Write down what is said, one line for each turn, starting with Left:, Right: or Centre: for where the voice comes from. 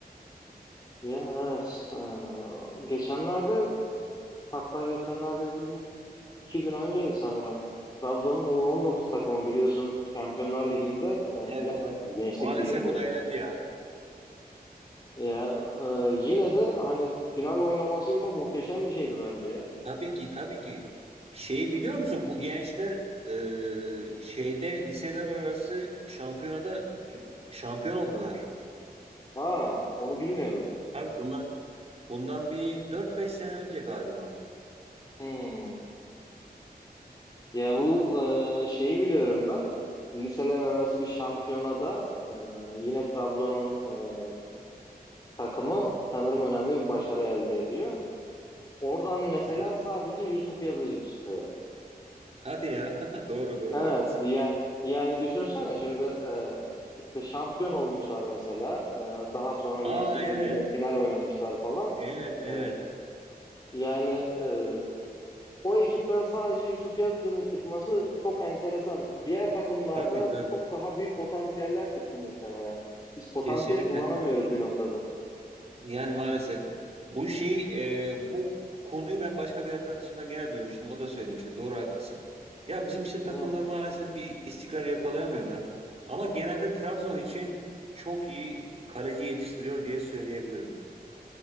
Left: Ya evet. Ee, geçenlerde hatta geçenlerde dedim iki gün önceydi sanırım. Trabzon'un u on dokuz takımı biliyorsun Şampiyonlar Ligi'nde e,
Right: Evet
Left: final
Right: evet.
Left: oynadı Gençlik
Right: Maalesef
Left: Ligi'nde.
Right: o da elendi ya.
Left: Ya, e, yine de hani final oynaması bile muhteşem bir şeydi bence ya.
Right: Tabii ki tabii ki. Şeyi biliyor musun bu gençler e, şeyde liseler arası şampiyonada d- şampiyon oldular.
Left: Ha onu bilmiyordum.
Right: Tabii bundan bundan bir dört beş sene önce galiba.
Left: Hmm. Ya bu e, şeyi biliyorum ben. Liseler arası bir şampiyonada e, yine Trabzon'un e, takımı sanırım önemli bir başarı elde ediyor. Oradan mesela
Right: Aha.
Left: sadece Yusuf Yazıcı çıkıyor.
Right: Hadi ya. <laughs> Doğru doğru
Left: Evet
Right: haklısın.
Left: ya, yani düşünsene şimdi e, işte şampiyon olmuşlar mesela. E, daha sonra Gençlik
Right: Aa evet.
Left: Ligi'nde final oynamışlar falan.
Right: Evet evet.
Left: E, yani e, o ekipten sadece Yusuf Yazıcı'nın çıkması çok enteresan. Diğer takımlarda
Right: Tabii tabii.
Left: çok daha büyük potansiyeller çıktı muhtemelen. Biz potansiyeli
Right: Kesinlikle.
Left: kullanamıyoruz bir noktada.
Right: Yani maalesef bu şey e, bu konuyu ben başka bir arkadaşımdan gene duymuştum. O da söylemişti. Doğru haklısın. Ya bizim işte
Left: Evet.
Right: takımlar maalesef bir istikrar yakalayamıyorlar. Ama genelde Trabzon için çok iyi kaleci yetiştiriyor diye söyleyebilirim.